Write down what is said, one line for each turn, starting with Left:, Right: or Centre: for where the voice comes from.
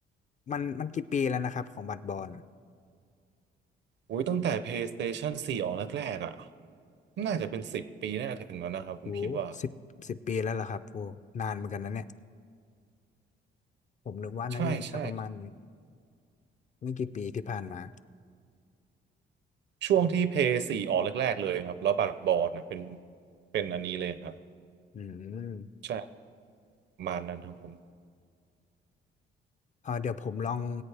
Left: มันมันกี่ปีแล้วนะครับของบัตรบอล
Right: อุ้ยตั้งแต่ PlayStation 4ออกแรกๆอะน่าจะเป็นสิบปีน่าจะถึงแล้วนะครับผมคิดว่า
Left: โหสิบสิบปีแล้วเหรอครับโหนานเหมือนกันนะเนี่ยผมนึกว่าน่าจะสักประมาณ
Right: ใช่ใช่
Left: ไม่กี่ปีที่ผ่านมา
Right: ช่วงที่เพย์สี่ออกแรกๆเลยครับแล้วบัตรบอลนะเป็นเป็นอันนี้เลยครับ
Left: อืม
Right: ใช่ประมาณนั้นครับผม
Left: เออเดี๋ยวผมลอง